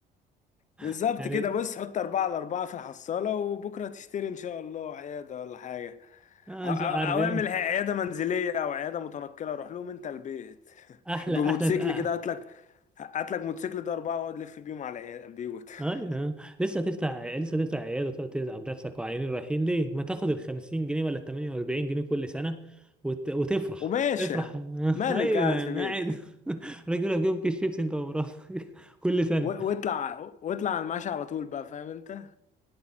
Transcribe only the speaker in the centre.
<laughs> يعني
آه
شو عارف إيه
أحلى
أحلى تقى
أيوه لسه تفتح لسه تفتح عيادة وتقعد تتعب نفسك وعيانين رايحين ليه ما تاخد ال 50 جنيه ولا ال 48 جنيه كل سنة وت... وتفرح
افرح <laughs>
أيوه
قاعد <laughs> راجل لك جنب كيس شيبسي أنت ومراتك <laughs> كل سنة